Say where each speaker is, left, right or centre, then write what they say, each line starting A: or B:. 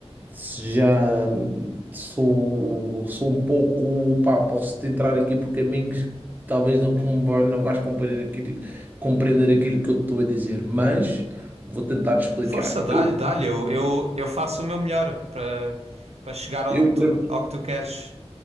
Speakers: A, on the right (about 15°); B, on the right (about 75°).
A: se já hum, sou, sou um pouco, pá, posso-te entrar aqui por caminhos que talvez não, com- não vais compreender aquilo, compreender aquilo que eu te estou a dizer, mas vou tentar explicar.
B: Força, dá-lhe,
A: Eu,
B: dá-lhe, eu, eu, eu faço o meu melhor para para chegar onde
A: eu
B: tu,
A: para mim, ou
B: ao que tu queres.